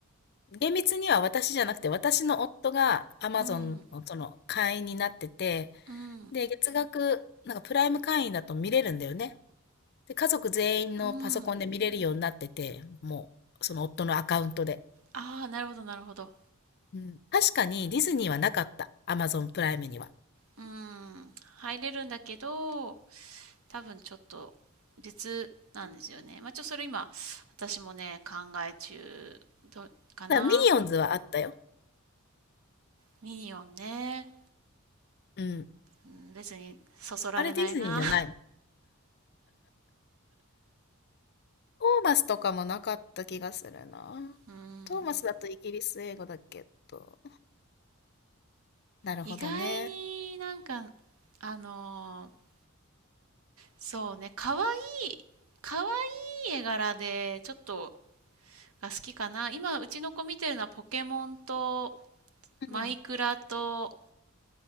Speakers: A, on the left; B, on the right.
A: 厳密には私じゃなくて、私の夫がアマゾンのその会員になってて、
B: あ、うん、うん、
A: で、月額、なんかプライム会員だと見れるんだよね。で、家族全員のパソコンで見れるようになってて、
B: うん、
A: もう、その夫のアカウントで。
B: ああ、なるほどなるほど。
A: うん。確かにディズニーはなかった。アマゾンプライムには。
B: うん、入れるんだけど、多分ちょっと別なんですよね。まあ、ちょっとそれ今、私もね、考え中どかな。
A: だからミニオンズはあったよ。
B: ミニオンね。
A: うん。
B: うん別にそそられないな
A: あれディズニーじゃない。トーマスとかもなかった気がするな。
B: <laughs>。うん。
A: トーマスだとイギリス英語だけど。なるほどね。
B: 意外になんか、あのーそうね、可愛い、可愛いい絵柄でちょっとが好きかな。今、うちの子見てるのはポケモンと
A: うん。
B: マイクラと、